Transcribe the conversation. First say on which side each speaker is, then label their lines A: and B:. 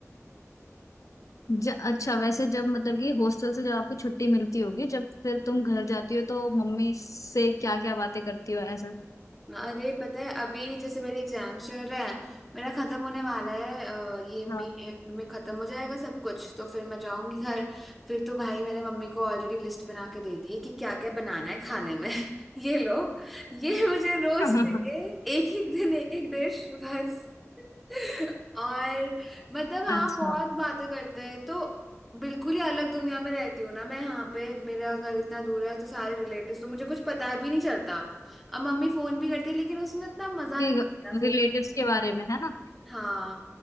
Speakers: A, on the left (about 80°); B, in the centre.
A: ज, अच्छा वैसे जब मतलब कि हॉस्टल से जब आपको छुट्टी मिलती होगी जब फिर तुम घर जाती हो तो मम्मी से क्या क्या बातें करती हो ऐसा
B: अरे पता है अभी जैसे मेरे एग्जाम्स चल रहे हैं मेरा खत्म होने वाला है अ, ये मई
A: हाँ
B: एंड में खत्म हो जाएगा सब कुछ तो फिर मैं जाऊंगी घर फिर तो भाई मैंने मम्मी को ऑलरेडी लिस्ट बना के दे दी है कि क्या क्या बनाना है खाने में <laughs> ये लो ये मुझे रोज
A: <laughs>
B: चाहिए एक एक दिन एक एक डिश बस <laughs> और मतलब हाँ
A: अच्छा
B: बहुत बातें करते हैं तो बिल्कुल ही अलग दुनिया में रहती हूँ ना मैं यहाँ पे मेरा घर इतना दूर है तो सारे रिलेटिव्स तो मुझे कुछ पता भी नहीं चलता अब मम्मी फोन भी करती है लेकिन उसमें इतना मजा
A: कि
B: नहीं आता फोन
A: रिलेटिव्स के बारे में है ना
B: हाँ